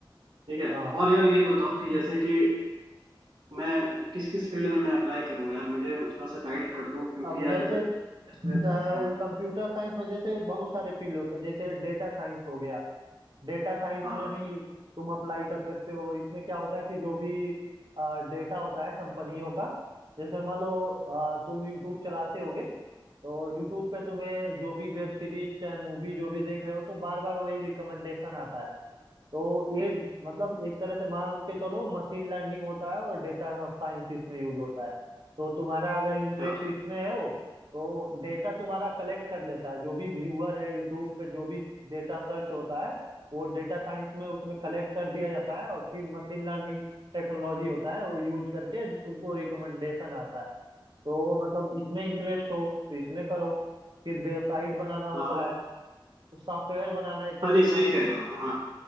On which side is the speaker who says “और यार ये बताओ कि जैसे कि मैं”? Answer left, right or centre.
Right